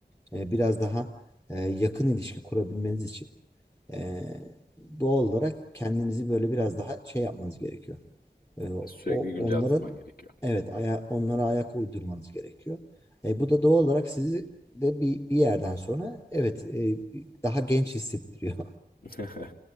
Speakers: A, on the left (about 20°); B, on the left (about 60°).
A: e, biraz daha e, yakın ilişki kurabilmeniz için e, doğal olarak kendinizi böyle biraz daha şey yapmanız gerekiyor. E,
B: E, sürekli
A: o
B: güncel
A: onların
B: tutman gerekiyor.
A: evet aya, onlara ayak uydurmanız gerekiyor. E, bu da doğal olarak sizi de bir, bir yerden sonra evet e, daha genç hissettiriyor.
B: <laughs>